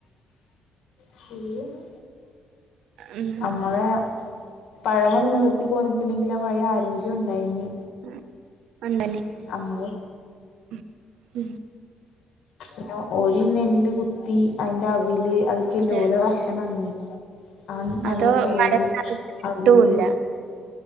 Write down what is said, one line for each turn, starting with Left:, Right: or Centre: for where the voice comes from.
Left: ശരിയാണ്
Right: ഉം
Left: നമ്മളെ പഴമ നില നിർത്തി പോന്ന്ക്ക് ണ്ങ്കി ആപഴയ ആരോഗ്യ ഗ്യം ണ്ടായിന്
Right: ഉം ഒണ്ടല്ലേ
Left: അമ്മള്
Right: ഉം ഉം
Left: ഇപ്പൊ ഒരു നെല്ല് കുത്തി അതിന്റെ അവില് അത് ത്തിലോല
Right: അതെ
Left: ഭക്ഷണംന്ന് ആ നല്ല
Right: അതോ
Left: ചോറ്
Right: വയറിനകത്ത് കിട്ടൂല്ല
Left: അവില്